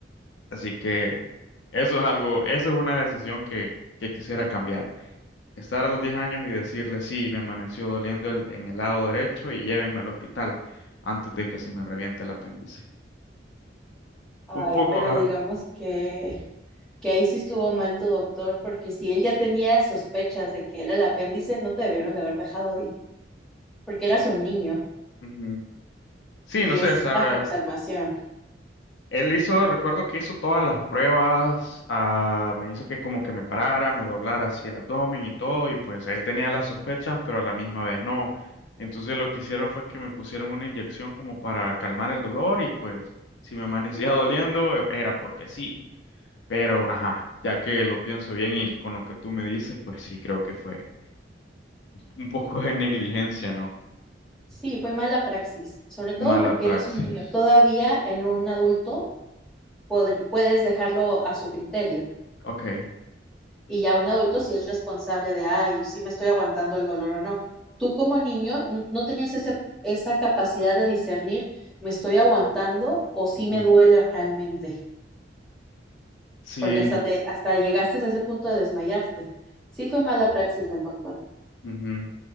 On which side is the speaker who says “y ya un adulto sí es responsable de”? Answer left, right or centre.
Centre